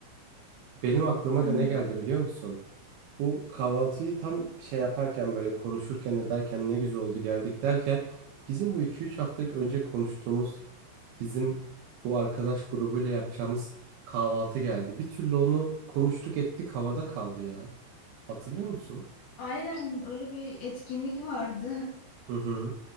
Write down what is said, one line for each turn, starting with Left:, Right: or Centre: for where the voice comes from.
Right: Benim aklıma
Left: Hı
Right: da
Left: hı.
Right: ne geldi biliyor musun? Bu kahvaltıyı tam şey yaparken böyle konuşurken ederken ne güzel oldu geldik derken bizim bu iki üç hafta önce konuştuğumuz bizim bu arkadaş grubuyla yapacağımız kahvaltı geldi. Bir türlü onu konuştuk ettik havada kaldı ya. Hatırlıyor musun?
Left: Aynen öyle bir etkinlik vardı.
Right: Hı hı.